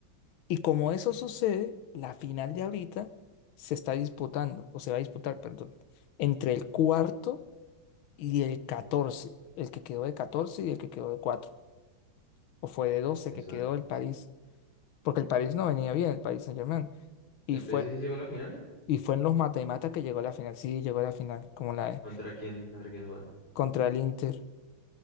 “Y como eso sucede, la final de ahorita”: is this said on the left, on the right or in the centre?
Left